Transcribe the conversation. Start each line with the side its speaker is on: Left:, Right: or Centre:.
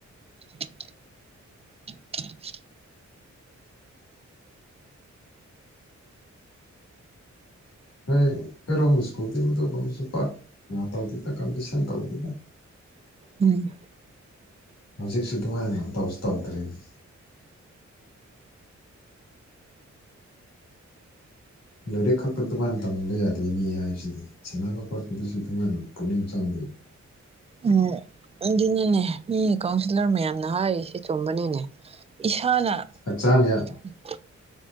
Right: <unintelligible>
Left: ꯍꯣꯏ ꯀꯩꯔꯣꯝ ꯏꯁ꯭ꯀꯨꯜꯗꯤ ꯃꯗꯨꯒꯕꯁꯨ ꯄꯥꯛ ꯉ ꯇꯧꯗꯦꯗ ꯀꯝꯄꯤꯇꯤꯁꯟ ꯇꯧꯗꯦꯗ
Right: ꯎꯝ
Left: ꯍꯧꯖꯤꯛꯁꯨ ꯑꯗꯨꯃꯥꯏꯅ ꯇꯧꯖꯨ ꯇꯧꯗ꯭ꯔꯦꯅꯦ ꯂꯥꯏꯔꯤꯛ ꯈꯛꯇ ꯑꯗꯨꯃꯥꯏ ꯇꯝꯕ ꯌꯥꯗꯦ ꯃꯤ ꯍꯥꯏꯁꯤꯗꯤ ꯁꯥꯟꯅꯕ ꯈꫭꯠꯄꯗꯁꯨ ꯑꯗꯨꯃꯥꯏ ꯄꯨꯛꯅꯤꯡ ꯆꯪꯕꯩ
Right: ꯎꯝ ꯑꯗꯨꯅꯅꯦ ꯃꯤ ꯀꯥꯎꯟꯁꯤꯜꯂꯔ ꯃꯌꯥꯝꯅ ꯍꯥꯏꯔꯤꯁꯤ ꯆꯨꯝꯕꯅꯤꯅꯦ ꯏꯁꯥꯅ
Left: ꯍꯛꯆꯥꯡ ꯌꯥ
Right: ꯎꯝ <unintelligible>